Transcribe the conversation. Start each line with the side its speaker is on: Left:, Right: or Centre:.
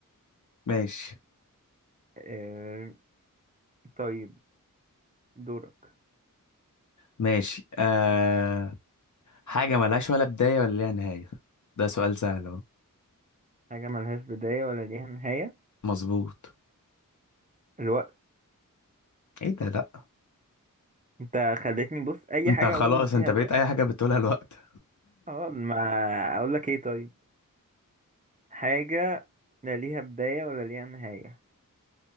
Left: ماشي
Right: آه، طيب دورك
Left: ماشي آه حاجة ملهاش ولا بداية ولا ليها نهاية ده سؤال سهل اهو
Right: حاجة ملهاش بداية ولا ليها نهاية
Left: مظبوط
Right: الوقت
Left: ايه ده لا
Right: انت خلتني بص اي
Left: انت
Right: حاجة
Left: خلاص
Right: اقول فيها
Left: انت بقيت
Right: الوقت
Left: اي حاجة بتقولها الوقت
Right: اه ما اقول لك ايه طيب حاجة لا ليها بداية ولا ليها نهاية